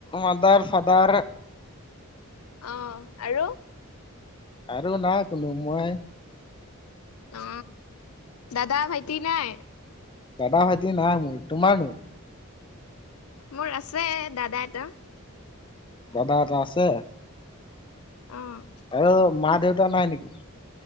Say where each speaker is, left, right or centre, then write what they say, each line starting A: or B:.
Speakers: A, on the left (about 25°); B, on the left (about 85°).
A: মাদাৰ ফাদাৰ
B: অঁ আৰু?
A: আৰু নাই কোনো মই।
B: অ দাদা ভাইটি নাই?
A: দাদা ভাইটি নাই মোৰ, তোমাৰনো?
B: মোৰ আছে দাদা এটা।
A: দাদা এটা আছে?
B: <inaudible> অঁ।
A: আৰু মা দেউতা নাই নেকি?